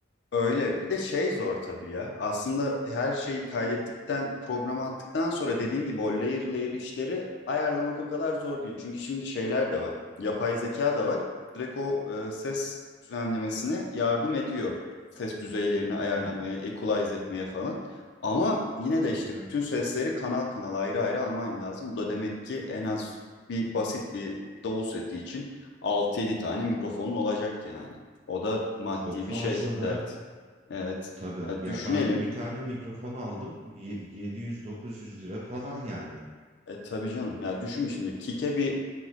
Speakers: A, on the left (about 60°); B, on the right (about 35°).
A: Öyle. Bir de şey zor tabii ya. Aslında her şeyi kaydettikten, programa attıktan sonra dediğin gibi o layer layer işleri ayarlamak o kadar zor değil. Çünkü şimdi şeyler de var. Yapay zeka da var. Direkt o e, ses düzenlemesine yardım ediyor. Ses düzeylerini ayarlamaya,
B: Hmm,
A: equalize etmeye falan. Ama yine de
B: aynen.
A: işte bütün sesleri kanal kanal ayrı ayrı alman lazım. Bu da demek ki en az bir basit bir davul seti için 6 yedi tane mikrofonun olacak yani. O da maddi
B: Çok fazla
A: bir şey dert.
B: be.
A: Evet.
B: Tabii.
A: Ya düşünelim.
B: Ya ben bir tane mikrofon aldım. Ye- yedi yüz dokuz yüz lira falan yani.
A: E, tabii canım. Ya düşün şimdi. Kick'e bir